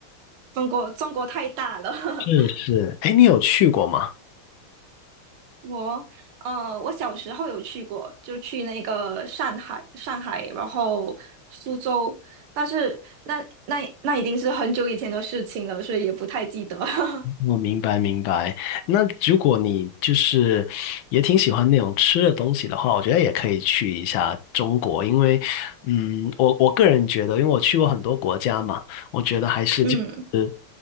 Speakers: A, on the right; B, on the left.
A: 中国中国太大了。
B: 是是，
A: <laughs>
B: 哎，你有去过吗？
A: 我呃，我小时候有去过，就去那个上海、上海，然后苏州，但是那那那已经是很久以前的事情了，所以也不太记得。<laughs>
B: 我明白明白。那如果你就是也挺喜欢那种吃的东西的话，我觉得也可以去一下中国，因为嗯，我我个人觉得，因为我去过很多国家嘛，我觉得还是就是。
A: 嗯，